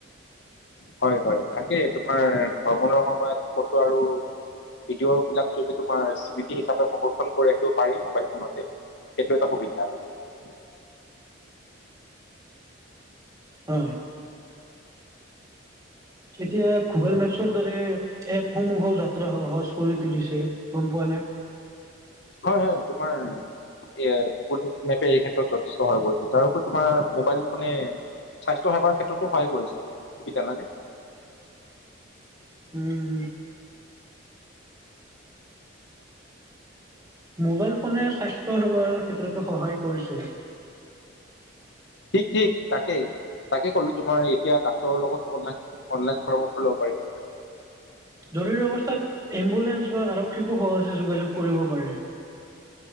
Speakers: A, on the left (about 60°); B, on the right (about 20°).
A: হয় হয় তাকে তোমাৰ ভ্ৰমণৰ সময়ত ফটো আৰু ভিডিঅ' বিলাক তোমাৰ স্মৃতি হিচাপে সংৰক্ষন কৰা ৰাও পাৰি মোবাইল ফোনতে সেইটো এটা সুবিধা তোমাৰ
B: হয় এতিয়া গুগল মেপছৰ দৰে এপসমূহ যাত্ৰা সহজ কৰি তুলিছে গম পোৱা নাই
A: হয় হয় তোমাৰ এ গুগল মেপে এই ক্ষেত্ৰত যথেষ্ট স হৈ কৰিছে তাৰপৰি তোমাৰ মোবাইল ফোনে স্বাস্থ্য সেৱাৰ ক্ষেত্ৰতো সহায় কৰিছে জানানে
B: উম মোবাইল ফোনে স্বাস্থ্য সেৱাৰ ক্ষেত্ৰতো সহায় কৰিছে
A: ঠিক ঠিক তাকে তাকে ক'লো তোমাৰ এতিয়া ডাক্তৰৰ লগত অনলন অনলাইন পৰামৰ্শ লব পাৰি
B: জৰুৰী অৱস্থাত এম্বুলেন্স বা আৰক্ষীকো সহজে যোগাযোগ কৰিব পাৰে